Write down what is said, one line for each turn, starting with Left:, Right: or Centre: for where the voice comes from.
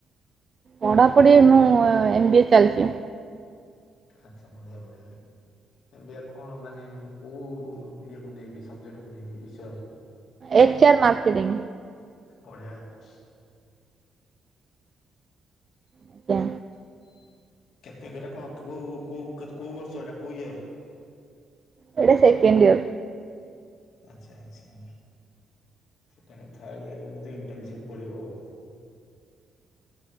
Right: ପଢ଼ାପଢ଼ି ମୁଁ ଏମ ବି ଏ ଚାଲିଛି।
Left: ଆଚ୍ଛା ବଢିଆ ବଢିଆ। ଏମ ବି ଏ କଣ ମାନେ କୋଉ ବିଏ କୁ ନେଇକି ସବଜେକ୍ଟ? କୁ ନେଇକି ବିଷୟବସ୍ତୁ
Right: ଏଚ ଆର ମାର୍କେଟିଂ
Left: ବଢିଆ କୋର୍ସ। <inaudible>
Right: ଆଜ୍ଞା
Left: କେତେ ହେଟା କଣ କୋଉ କୋଉ କୋଉ ବର୍ଷ ଏଟା କୋଉ ଇୟର?
Right: ଏଇଟା ସେକେଣ୍ଡ ଇୟର।
Left: ଆଚ୍ଛା ଆଚ୍ଛା। ସେକେଣ୍ଡ ଥାର୍ଡ ଇୟରରେ ବୋଧେ ଇଣ୍ଟନସିପ ପଡିବ ଆଉ।